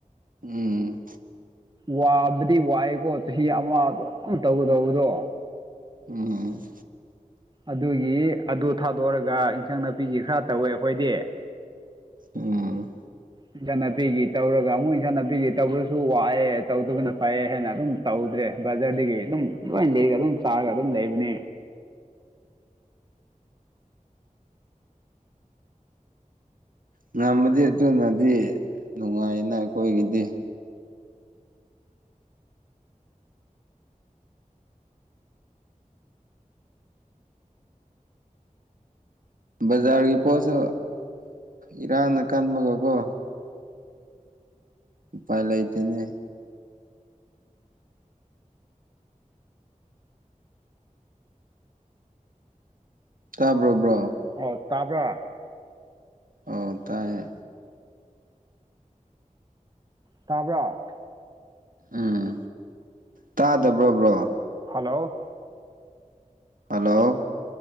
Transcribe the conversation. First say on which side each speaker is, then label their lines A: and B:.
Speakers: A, on the right; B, on the right.
A: ꯎꯝ
B: ꯋꯥꯕꯗꯤ ꯋꯥꯏꯀꯣ ꯆꯍꯤ ꯑꯃ ꯑꯗꯨꯝ ꯇꯧꯒꯗꯧꯕꯗꯣ
A: ꯎꯝ
B: ꯑꯗꯨꯒꯤ ꯑꯗꯨ ꯊꯥꯗꯣꯛꯑꯔꯒ ꯏꯟꯁꯥꯡ ꯅꯥꯄꯤꯒꯤ ꯈꯔ ꯇꯧꯋꯦ ꯑꯩꯈꯣꯏꯗꯤ
A: ꯎꯝ
B: ꯏꯟꯁꯥꯡ ꯅꯥꯄꯤꯒꯤ ꯇꯧꯔꯒ ꯑꯃꯨꯛ ꯏꯟꯁꯥꯡ ꯅꯥꯄꯤꯒꯤ ꯇꯧꯕꯁꯨ ꯋꯥꯑꯦ ꯇꯧꯗꯨꯕꯅ ꯐꯩꯌꯦ ꯍꯥꯏꯅ ꯑꯗꯨꯝ ꯇꯧꯗ꯭ꯔꯦ ꯕꯖꯥꯔꯗꯒꯤ ꯑꯗꯨꯝ ꯂꯣꯏ ꯂꯩꯔ ꯑꯗꯨꯝ ꯆꯥꯔꯒ ꯑꯗꯨꯝ ꯂꯩꯕꯅꯤ꯫
A: ꯉꯝꯃꯗꯤ ꯑꯗꯨꯅꯗꯤ ꯅꯨꯡꯉꯥꯏꯅ ꯑꯩꯈꯣꯏꯒꯤꯗꯤ꯫ ꯕꯖꯥꯔꯒꯤ ꯄꯣꯠꯁꯨ ꯏꯔꯥꯡꯅ ꯀꯟꯕꯒꯀꯣ ꯎꯄꯥꯏ ꯂꯩꯇꯦꯅꯦ ꯇꯥꯕ꯭ꯔꯣ ꯕ꯭ꯔꯣ
B: ꯑꯣ ꯇꯥꯕ꯭ꯔꯥ
A: ꯑꯣ ꯇꯥꯏꯌꯦ
B: ꯇꯥꯕ꯭ꯔꯥ
A: ꯎꯝ ꯇꯥꯗꯕ꯭ꯔꯣ ꯕ꯭ꯔꯣ
B: ꯍꯜꯂꯣ
A: ꯍꯜꯂꯣ